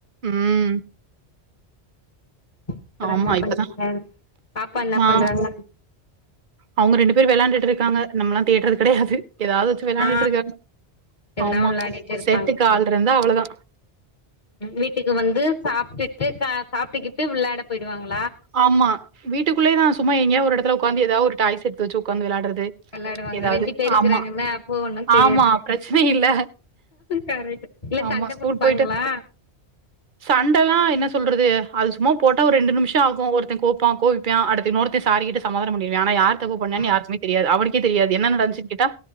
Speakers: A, on the right; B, on the left.
A: ம்
B: அப்புறம்
A: ஆமா.
B: என்ன பண்றீங்க
A: இப்பதான்
B: பாப்பா என்ன
A: ஆ
B: பண்றாங்க
A: அவங்க ரெண்டு பேர் விளாண்டுட்டு இருக்காங்க நம்மளாம் தேட்டுறது கிடையாது ஏதாவது வச்சு விளையாண்டுட்டு
B: ஆ
A: இருக்காரு
B: எதுனா
A: ஆமா
B: விளையாடிட்டு இருப்பாங்க
A: செட்டுக்கு ஆள் இருந்தா அவ்வளோதா
B: வீட்டுக்கு வந்து சாப்ட்டுட்டு சாப்ட்டுக்கிட்டு விளாட போயிடுவாங்கள
A: ஆமா வீட்டுக்குள்ளே தான் சும்மா எங்கயா ஒரு இடத்துல உக்காந்து ஏதாவது ஒரு டாய்ஸ் எடுத்து வச்சு உட்காந்து விளாடுறது
B: வெளாடுவாங்க
A: ஏதாவது
B: ரெண்டு பேர் இருக்கிறாங்கல்ல
A: ஆமா
B: அப்போ ஒன்னு தெரியாது
A: ஆமா பிரச்சனை இல்ல
B: கரெக்ட் இல்ல
A: ஆமா
B: சண்ட
A: ஸ்கூல்
B: போட்டுப்பாங்களா
A: போயிட்டு சண்டலா என் சொல்றது அது சும்மா போட்டா ஒரு ரெண்டு நிமிஷம் ஆகும் ஒருத்த கோம் கோப்பிப்பான் அடுத்து இனொர்தன் சாரி கேட்டு சமாதானம் பண்ணிடுவா ஆனா யார் தப்பு பண்ணன்னு
B: ஆ
A: யாருக்குமே தெரியாது அவனுக்கே தெரியாது என்ன நடந்துச்சு கேட்டா